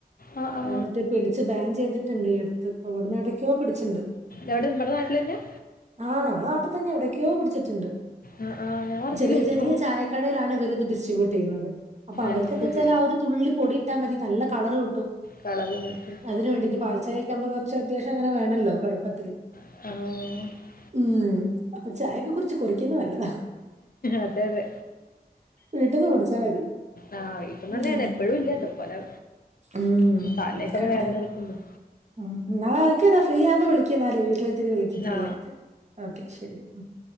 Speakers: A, on the left (about 60°); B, on the right (about 45°).
A: ആ ആ
B: എന്നിട്ട് പിടി ച്ച് ബാൻ ചെയ്തിട്ടുണ്ട് ഈ അടുത്ത് ഇപ്പൊവിടുന്ന് എവിടെക്കെയോ പിടിച്ചണ്ട്
A: എവിടെ നമ്മടെ നാട്ടിൽ തന്നെയാ
B: ആഹ് നങ്ങള നാട്ടിൽ തന്നെ എവിടേക്കെയോ പിടിച്ചിട്ടുണ്ട്
A: ആ ആ ഞാൻ അറിഞ്ഞില്ല
B: ചെറിയ
A: കേട്ടോ
B: ചെറിയ ചായക്കടയിലാണ് ഇവരിത് ഡിസ്ട്രിബ്യൂട്ട് ചെയ്യുന്നത് അപ്പൊ അവർകെന്ന്
A: അത് ശരി
B: വെച്ചാൽ ആഹ് ഒരു തുള്ളി പൊടി ഇട്ടാ മതി നല്ല കളറ് കിട്ടും
A: കളറും കിട്ടും
B: അതിന് വേണ്ടിട്ട് പാൽചായൊക്കെ ആവുമ്പോ കൊറച്ച് അത്യാശം അങ്ങനെ വേണല്ലോ കടുപ്പത്തില്
A: ആഹ്
B: ഉം അപ്പൊ ചായൊക്കെ കൊറച്ച് കൊറക്കുന്ന നല്ലതാ
A: അതെതെ
B: വീട്ടിന്ന് പൊടിച്ചാ മതി.
A: ആഹ് വീട്ടുമെ തന്നെയാണ്
B: ഉം
A: എപ്പഴും ഇല്ലതും ലെ
B: ഉം
A: താലേക്കൊന്ന്
B: ആയിക്കോട്ടെ.
A: വേദന എടുക്കുമ്പോ
B: ഉം എന്നാ ഓക്കെ എന്നാ ഫ്രീ ആവുമ്പോ വിളിക്ക് എന്നാല് വീട്ടിലെത്തിട്ട് വിളിക്ക് ഫ്രീ
A: ആ
B: ആയിട്ട് ഓക്കെ ശരി ഉം